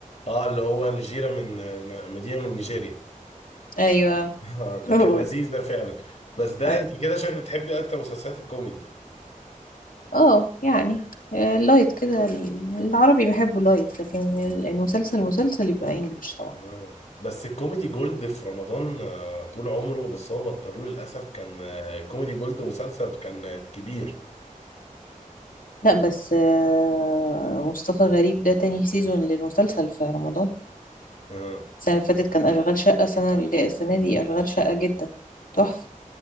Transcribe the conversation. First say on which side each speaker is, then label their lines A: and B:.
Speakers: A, on the left (about 55°); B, on the left (about 80°).
A: اه اللي هو نجيره من آه، مدينه من نيجيريا
B: ايوه
A: <laughs> آه، ده
B: هو
A: كان لذيذ
B: ده
A: ده فعلا بس ده
B: أيوة.
A: انت كده شكلك تحبي اكتر مسلسلات الكوميدي
B: اه يعني آه، لايت كده ال- العربي بحبه لايت لكن ال- المسلسل مسلسل يبقى انجلش طبعا
A: آه. بس الكوميدي جولد في رمضان آه، طول عمره بس هو بطلوه للأسف كان آه، كوميدي جولد مسلسل كان آه، كبير
B: لا بس آه، مصطفى غريب ده تاني سيزون للمسلسل في رمضان
A: اه
B: السنة اللي فاتت كان أشغال شقة السنة اللي جاية السنة دي أشغال شقة جدا تحفة